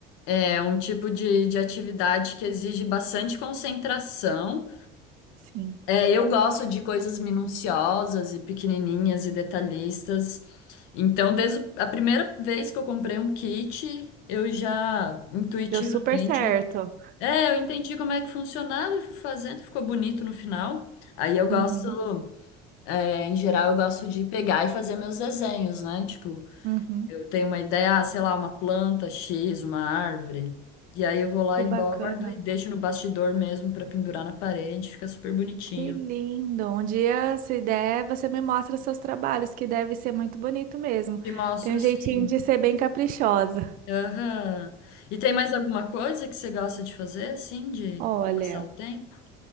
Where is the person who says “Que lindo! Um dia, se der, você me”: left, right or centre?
Right